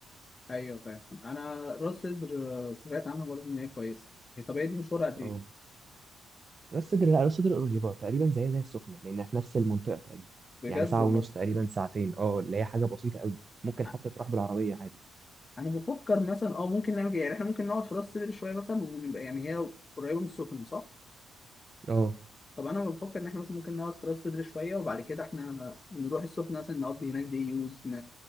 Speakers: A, on the left (about 25°); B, on the right (about 35°).
A: ايوه فاهم انا راس صدر آه، سمعت عنها برضه ان هي كويسه هي طب هي دي مشوارها قد ايه
B: اه راس سدر لا راس سدر قريبة تقريبا زي زي السخنة لأنها في نفس المنطقة تقريبا
A: بجد
B: يعني ساعة
A: والله
B: ونص تقريبا ساعتين اه اللي هي حاجة بسيطة قوي ممكن
A: أ-
B: حتى تروح بالعربية عادي
A: انا بفكر مثلا اه ممكن نعمل كده. يعني احنا ممكن نقعد في راس صدر شويه مثلا ونبقى يعني هي قريبه من السخنه صح
B: اه
A: طب انا بفكر ان احنا مثلا ممكن نقعد في راس صدر شويه وبعد كده احنا نروح السخنه مثلا نقضي هناك دي يوز ن...